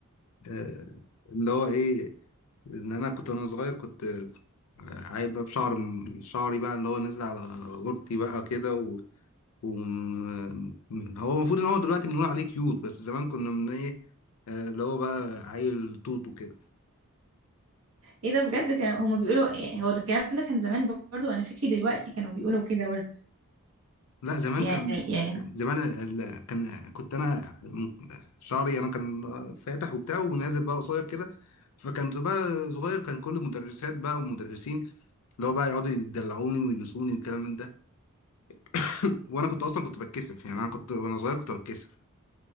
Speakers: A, on the left; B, on the right.
A: آه، اللي هو ايه ان انا كنت وانا صغير كنت آه، عايب بقى بشعر شعري بقى اللي هو نزل على قورتي بقى كده و... و... م- هو المفروض ان هو دلوقتي بنقول عليه كيوت بس زمان كنا من ايه آه، اللي هو بقى عيل توت وكده
B: ايه ده بجد كانوا هما بيقولوا إيه هو ده الكلام ده كان زمان برضو انا فكري دلوقتي كانوا بيقولوا كده برضو
A: لا زمان
B: يعني
A: كان
B: يعني
A: زمان ال- ال- كان كنت انا م- شعري انا كان فاتح وبتاع ونازل بقى قصير كده فكنت بقى صغير كان كل المدرسات بقى والمدرسين اللي هو بقى يقعدوا يدلعوني ويبوسوني والكلام من ده <laughs> وانا كنت اصلا كنت بتكسف يعني انا كنت وانا صغير كنت بتكسف